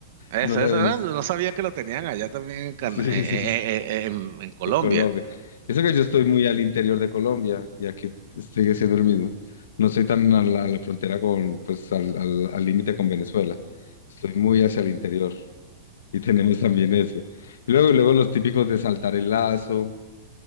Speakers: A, on the right (about 45°); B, on the left (about 80°).
A: eso,
B: Nosotros
A: eso.
B: sabemos.
A: ah, No sabía que lo tenían allá también en, Cana-
B: Sí, <laughs>
A: eh,
B: sí,
A: eh,
B: sí, sí,
A: eh, eh, en- en Colombia.
B: en Colombia. Eso que yo estoy muy al interior de Colombia y aquí sigue siendo el mismo. No estoy tan a la, a la frontera con, pues, al al- al límite con Venezuela. Estoy muy hacia el interior. Y tenemos también ese. Y luego, y luego los típicos de saltar el lazo,